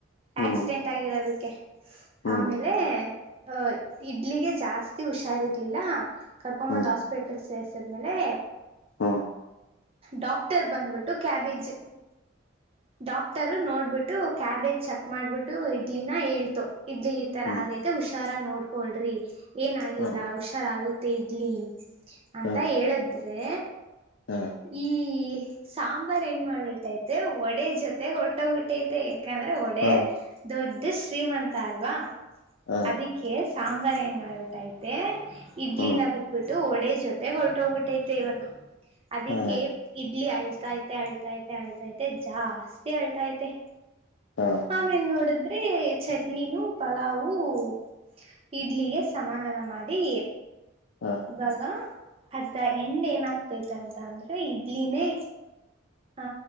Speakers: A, on the left (about 70°); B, on the right (about 30°).
A: ಹ್ಮ್
B: ಆಕ್ಸಿಡೆಂಟ್ ಆಗಿರೋದಕ್ಕೆ <inaudible>
A: ಹ್ಮ್
B: ಆಮೇಲೆ ಅಹ ಇಡ್ಲಿಗೆ ಜಾಸ್ತಿ ಹುಷಾರಿರ್ಲಿಲ್ಲ? ಕರ್ಕೊಂಡ್
A: ಹ್ಮ್
B: ಬಂದ್ ಬಂದ್ ಹಾಸ್ಪಿಟ್ಲ್ಕ್ ಸೇರ್ಸಿದ್ಮೇಲೆ
A: ಹ್ಮ್
B: ಡಾಕ್ಟರ್ ಬಂದ್ಬಿಟ್ಟು ಕ್ಯಾಬೇಜ್
A: <inaudible>
B: ಡಾಕ್ಟರು ನೋಡ್ಬಿಟ್ಟು ಕ್ಯಾಬೇಜ್ ಚೆಕ್ ಮಾಡ್ಬಿಟ್ಟು ಇಡ್ಲಿನ ಹೇಳ್ತು ಇಡ್ಲಿ ಈ ತರ
A: ಹ್ಮ್
B: ಆಗೈತೆ ಹುಷಾರಾಗಿ ನೋಡ್ಕೊಳ್ರಿ. ಅಂತಾ ಏನಾಗಿಲ್ಲ
A: ಹಾ
B: ಹುಷಾರಾಗುತ್ತೆ ಇಡ್ಲಿ ಅಂತ
A: ಹಾ
B: ಹೇಳದ್ರೆ..
A: ಹಾ
B: ಈ ಸಾಂಬಾರ್ ಏನ್ ಮಾಡ್ಬಿಟ್ಟೈತೆ ಒಡೆ ಜೊತೆಗ್ ಹೊಟ್ಟೋಗ್ಬಿಟ್ಟೈತೆ. ಯಾಕಂದ್ರೆ ಒಡೆ
A: ಹಾ
B: ದೊಡ್ಡ ಶ್ರೀಮಂತ ಅಲ್ವಾ
A: ಹಾ
B: ಅದಕ್ಕೆ ಅದಕ್ಕೆ ಸಾಂಬಾರ್ ಏನ್ ಮಾಡಬಿಟ್ಟೈತೆ. ಇಡ್ಲಿನ
A: ಹ್ಮ್
B: ಬಿಟ್ಟು ವಡೆ ಜೊತೆಗ್ ಹೊರ್ಟೋಗ್ಬಿಟ್ಟೈತೆ ಇವಾಗ. ಅದಕ್ಕೆ
A: ಹಾ
B: ಇಡ್ಲಿ ಅಳ್ತೈತೆ ಅಳ್ತೈತೆ ಅಳ್ತೈತೆ ಜಾಸ್ತಿ ಅಳ್ತೈತೆ.
A: ಹಾ
B: ಆಮೇಲ್ ನೋಡುದ್ರೆ ಚಟ್ನಿನೂ ಪಲಾವು- ಇಡ್ಲಿಗೆ ಸಮಾಧಾನ ಮಾಡಿ.
A: ಹಾ
B: ಇವಾಗ ಅರ್ಧ ಎಂಡ್ ಏನಾಗ್ತೈತಂತ ಅಂದ್ರೆ ಇಡ್ಲಿನೇ
A: <inaudible>
B: ಆ